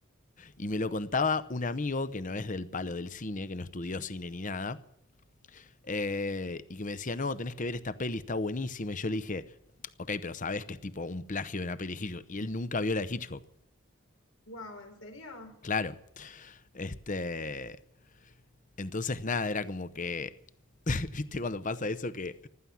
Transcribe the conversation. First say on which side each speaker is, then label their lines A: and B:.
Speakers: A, on the left; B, on the left.
A: Y me lo contaba un amigo que no es del palo del cine, que no estudió cine ni nada, eh, y que me decía, no, tenés que ver esta peli, está buenísima. Y yo le dije, ok, pero sabes que es tipo un plagio de una peli de Hitchcock. Y él nunca vio la de Hitchcock.
B: Wow, ¿en serio?
A: Claro. Este. Entonces, nada, era como que. <laughs> ¿Viste cuando pasa eso? Que